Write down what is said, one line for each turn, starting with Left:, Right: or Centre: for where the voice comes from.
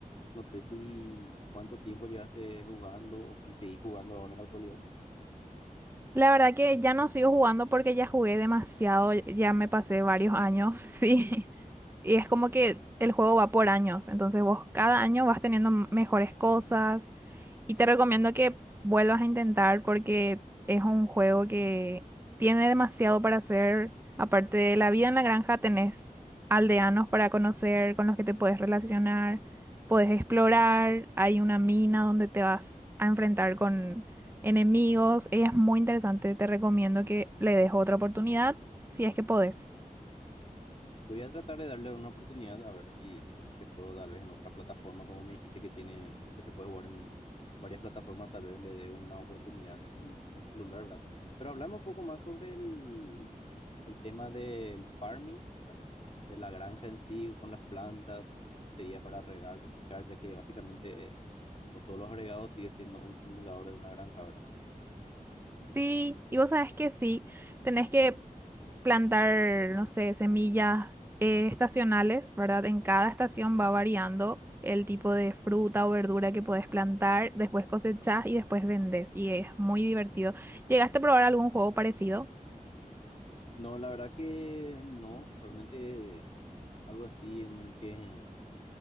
Left: No sé si cuánto tiempo llevaste jugando o si seguís jugando ahora en la actualidad.
Right: La verdad que ya no sigo jugando porque ya jugué demasiado, ya me pasé varios años, <laughs> sí. Y es como que el juego va por años, entonces vos cada año vas teniendo m- mejores cosas, y te recomiendo que vuelvas a intentar porque es un juego que tiene demasiado para hacer. Aparte de la vida en la granja, tenés aldeanos para conocer, con los que te puedes relacionar, puedes explorar, hay una mina donde te vas a enfrentar con enemigos. Es muy interesante, te recomiendo que le des otra oportunidad si es que podés.
Left: Voy a tratar de darle una oportunidad a ver si que puedo tal vez en otra plataforma, como me dijiste que tiene, que se puede jugar en varias plataformas, tal vez le dé una oportunidad en el, en el celular, ¿verdad? Pero hablamos un poco más sobre el, el tema del farming, o sea, de, de la granja en sí, con las plantas, sería para regar, cosechar, ya que básicamente eh, con todos los agregados sigue siendo un simulador de una granja, ¿verdad?
Right: Sí, y vos sabés que sí, tenés que plantar, no sé, semillas eh, estacionales, ¿verdad? En cada estación va variando el tipo de fruta o verdura que podés plantar, después cosechás y después vendés, y es muy divertido. ¿Llegaste a probar algún juego parecido?
Left: No, la verdad que no, realmente algo así en el que